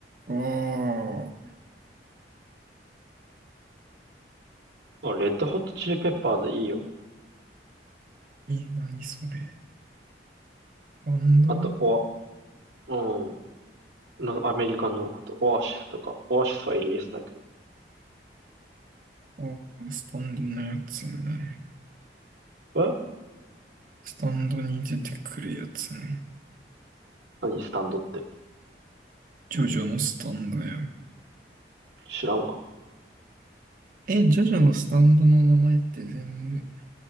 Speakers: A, on the right; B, on the right.
A: か。
B: ど。あ、レッドホットチリペッパーズいいよ。
A: え、何それ。スタンド
B: あと、オア、うん。なアメリカの、あと、オアシスとか。オアシスはイギリスだけど。
A: あ、スタンドのやつね。
B: え
A: スタンドに出てくるやつね。
B: 何スタンドって。
A: ジョジョのスタンドや。
B: 知らんわ。
A: え、ジョジョのスタンドの名前って全部